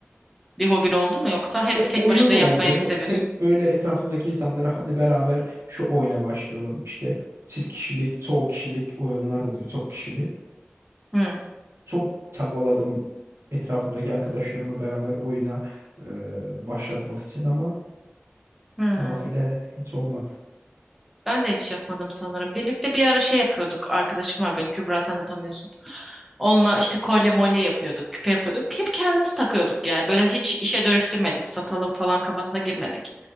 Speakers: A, in the centre; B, on the right.
A: Bir hobin oldu mu yoksa hep
B: Ya
A: tek
B: oyun
A: başına
B: oldu.
A: yapmayı mı seviyorsun?
B: Hep böyle etrafımdaki insanlara hadi beraber şu oyuna başlayalım. İşte çift kişilik, çoğu kişilik oyunlar oluyor. Çok kişili.
A: Hı.
B: Çok çabaladım etrafımdaki arkadaşlarımı beraber oyuna e, başlatmak için ama
A: Hı.
B: nafile hiç olmadı.
A: Ben de hiç yapmadım sanırım. Birlikte bir ara şey yapıyorduk. Arkadaşım var benim Kübra sen de tanıyorsun. Onunla işte kolye molye yapıyorduk, küpe yapıyorduk. Hep kendimiz takıyorduk yani. Böyle hiç işe dönüştürmedik, satalım falan kafasına girmedik.